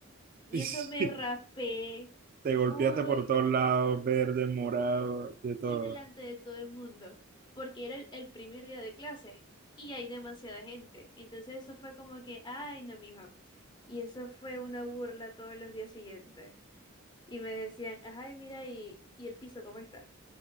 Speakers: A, on the left (about 20°); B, on the right (about 40°).
A: Y
B: <laughs>
A: eso me raspé.
B: Te golpeaste
A: Uy,
B: por todos lados, verde, morado, de todo.
A: y delante de todo el mundo, porque era el, el primer día de clase y hay demasiada gente. Entonces eso fue como que, ay, no, mijo. Y eso fue una burla todos los días siguientes. Y me decían, ay, mira, y, y el piso, ¿cómo está?